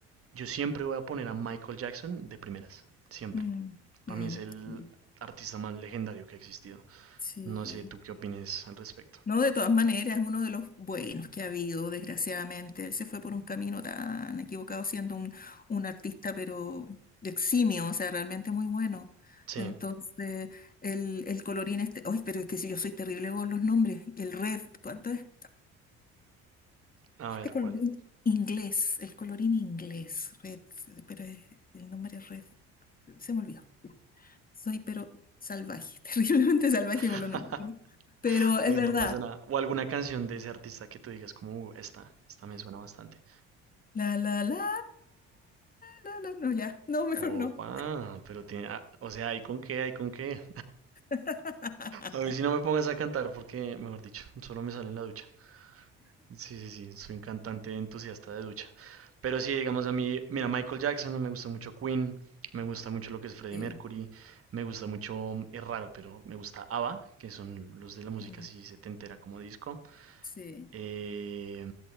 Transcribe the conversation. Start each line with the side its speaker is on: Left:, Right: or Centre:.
Right: yo siempre voy a poner a Michael Jackson de primeras, siempre.
Left: Mm,
Right: Para
Left: mm,
Right: mí es el
Left: mm.
Right: artista más legendario que ha existido.
Left: Sí.
Right: No sé tú qué opinas al respecto.
Left: No, de todas maneras, es uno de los buenos que ha habido, desgraciadamente. Él se fue por un camino tan equivocado siendo un, un artista, pero eximio, o sea, realmente muy bueno.
Right: Sí,
Left: Entonces, el, el colorín este, ay, pero es que si yo soy terrible con los nombres, el Red, ¿cuánto es?
Right: a
Left: Este
Right: ver
Left: colorín
Right: cuál.
Left: inglés, el colorín inglés, red, pero es- el nombre es red, se me olvidó. ya. Soy pero salvaje, <laughs> terriblemente salvaje
Right: <laughs>
Left: con los nombres. ¿no? Pero es
Right: Bueno,
Left: verdad.
Right: no pasa nada. O alguna canción de ese artista que tú digas como, "Uh, esta, esta me suena bastante.
Left: La, la, la, la, la, no, ya. No, mejor
Right: Opa,
Left: no.
Right: pero tiene, ah, o sea, hay con qué, hay con qué.
Left: <laughs>
Right: A mí si no me pongas a cantar porque, mejor dicho, solo me sale en la ducha. Sí, sí, sí, soy un cantante entusiasta de ducha. Pero sí, digamos a mí, mira, Michael Jackson, me gusta mucho Queen, me gusta mucho lo que es Freddie
Left: Sí,
Right: Mercury, me gusta mucho, es raro, pero me gusta ABBA, que son los de la música
Left: mm,
Right: así setentera como disco.
Left: sí,
Right: Eh,